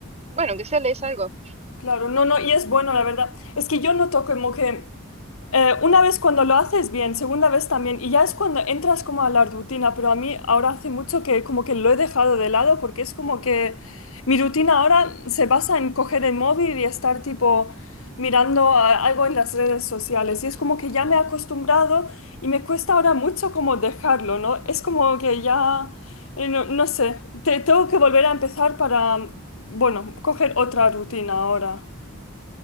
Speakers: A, on the right; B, on the left.
A: bueno, que sea lees algo.
B: Claro, no, no, y es bueno, la verdad. Es que yo noto como que Eh, una vez cuando lo haces bien, segunda vez también, y ya es cuando entras como a la rutina, pero a mí ahora hace mucho que como que lo he dejado de lado porque es como que mi rutina ahora se basa en coger el móvil y estar tipo mirando a- algo en las redes sociales y es como que ya me he acostumbrado y me cuesta ahora mucho como dejarlo, ¿no? Es como que ya, eh, no, no sé, te, tengo que volver a empezar para, bueno, coger otra rutina ahora,